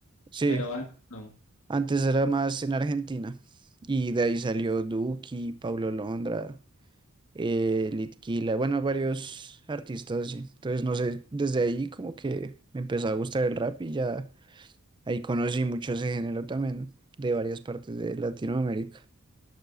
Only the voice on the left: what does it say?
pero antes no.